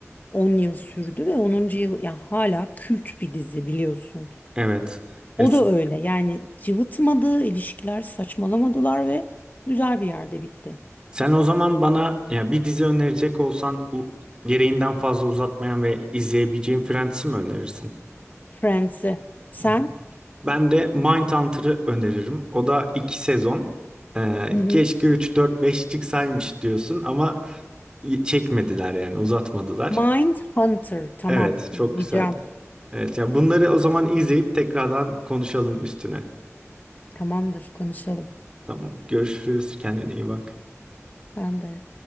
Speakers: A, on the left (about 35°); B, on the right (about 20°).
A: 10 yıl sürdü ve onuncu yıl ya hala kült bir dizi biliyorsun.
B: Evet. Ya
A: O
B: s-
A: da öyle. Yani cıvıtmadı, ilişkiler saçmalamadılar ve güzel bir yerde bitti.
B: sen o zaman bana ya bir dizi önerecek olsan u- gereğinden fazla uzatmayan ve izleyebileceğim Friends'i mi önerirsin?
A: Friends'i. Sen?
B: Hı hı. Ben de Mindhunter'ı öneririm. O da iki sezon. Ee,
A: Hı hı.
B: keşke 3, 4, 5 çıksaymış diyorsun ama y- çekmediler yani uzatmadılar.
A: Mindhunter. Tamam.
B: Evet, çok
A: izleyeceğim.
B: güzeldi. Evet ya bunları o zaman izleyip tekrardan konuşalım üstüne.
A: Tamamdır, konuşalım.
B: Tamam. Görüşürüz. Kendine iyi bak.
A: Ben de.